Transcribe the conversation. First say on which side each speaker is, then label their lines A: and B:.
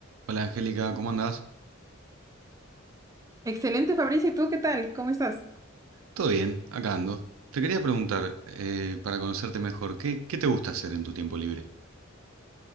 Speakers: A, on the right; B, on the right.
A: Hola Angélica, ¿cómo andás?
B: Excelente, Fabricio. ¿Y tú qué tal? ¿Cómo estás?
A: Todo bien, acá ando. Te quería preguntar, eh, para conocerte mejor, ¿qué, qué te gusta hacer en tu tiempo libre?